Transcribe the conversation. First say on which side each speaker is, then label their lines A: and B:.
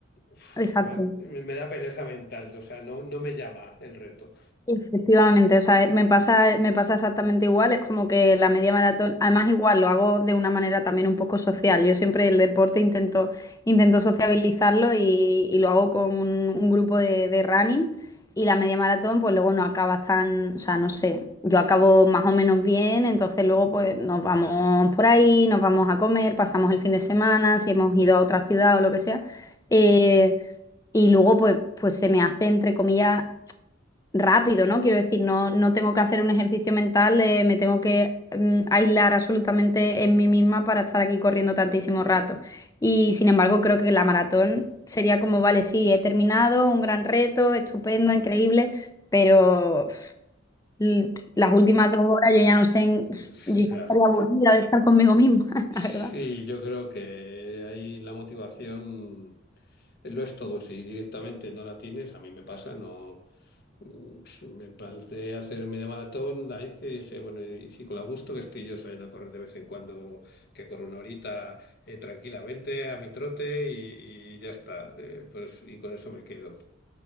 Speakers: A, on the left; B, on the left.
A: uf,
B: Exacto.
A: se me, me da pereza mental. O sea, no, no me llama el reto.
B: Efectivamente, o sea, eh, me pasa, eh, me pasa exactamente igual, es como que la media maratón, además igual lo hago de una manera también un poco social, yo siempre el deporte intento, intento sociabilizarlo y, y lo hago con un, un grupo de, de running y la media maratón pues luego no acabas tan, o sea, no sé, yo acabo más o menos bien, entonces luego pues nos vamos por ahí, nos vamos a comer, pasamos el fin de semana, si hemos ido a otra ciudad o lo que sea. Eh, y luego, pues, pues se me hace, entre comillas, rápido, ¿no? Quiero decir, no, no tengo que hacer un ejercicio mental, eh, me tengo que mm, aislar absolutamente en mí misma para estar aquí corriendo tantísimo rato. Y sin embargo, creo que la maratón sería como, vale, sí, he terminado, un gran reto, estupendo, increíble, pero uf, l- las últimas dos horas yo ya no sé, en-
A: Es-
B: yo
A: ya.
B: ya estaría aburrida de estar conmigo misma, <laughs>
A: Sí,
B: la verdad.
A: yo creo que ahí la motivación eh, lo es todo. Si directamente no la tienes, a mí me pasa, no. Mm, Me planteé hacer media maratón, la hice y dije, bueno, y si con la gusto que estoy yo saliendo a correr de vez en cuando, que corro una horita eh, tranquilamente a mi trote y, y ya está. Eh, pues, y con eso me quedo,